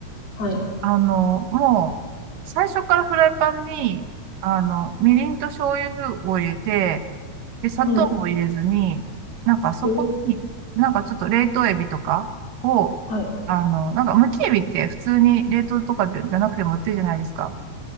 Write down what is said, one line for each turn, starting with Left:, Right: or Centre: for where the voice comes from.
Left: はい。
Right: あの、もう、最初からフライパンに、あの、みりんと醤油を入れて、で、砂糖も入れずに、
Left: はい。
Right: なんかそこに、
Left: ええ、
Right: なんかちょっと冷凍エビとかを、
Left: はい。
Right: あの、なんかむきエビって普通に冷凍とかでじゃなくても売ってるじゃないですか。